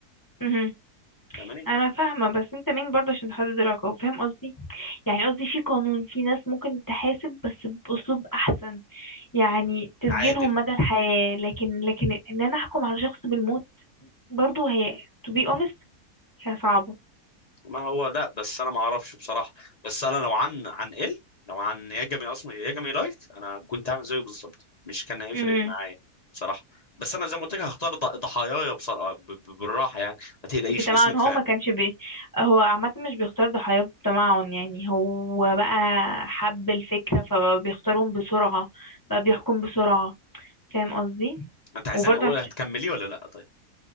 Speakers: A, on the left; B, on the left.
A: امم
B: فاهماني
A: انا فاهمه بس انت مين برضه عشان تحدد العقاب فاهم قصدي يعني قصدي في قانون في ناس ممكن تحاسب بس باسلوب احسن يعني تسجنهم
B: عادل
A: مدى الحياه لكن لكن ان انا احكم على شخص بالموت برضه هي to be honest هي صعبه
B: ما هو لا بس انا ما اعرفش بصراحه بس انا لو عن عن ال لو عن ياجامي اصلا ياجامي لايت انا كنت عامل زيه بالظبط مش كان هيفرق
A: امم
B: معايا بصراحه بس انا زي ما قلت لك هختار ض- ضحاياي بصراحه ب- ب- بالراحه يعني ما تقلقيش
A: بتمعن
B: اسمك
A: هو
B: فاهم
A: ما كانش بي هو عامة مش بيختار ضحايا بتمعن يعني هو بقى حب الفكرة فبيختارهم بسرعة بقى بيحكم بسرعة فاهم قصدي
B: انت عايزاني
A: وبرضه
B: اقول
A: عش...
B: هتكملي ولا لا طيب